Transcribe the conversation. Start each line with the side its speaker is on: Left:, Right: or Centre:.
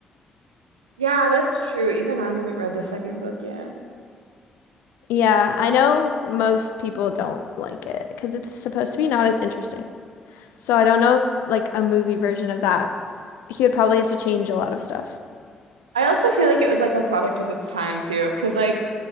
Right: Yeah, that's true. Even I haven't read the second book yet.
Left: Yeah, I know most people don't like it because it's supposed to be not as interesting. So I don't know if like a movie version of that, he would probably have to change a lot of stuff.
Right: I also feel like it was like a product of its time too, because like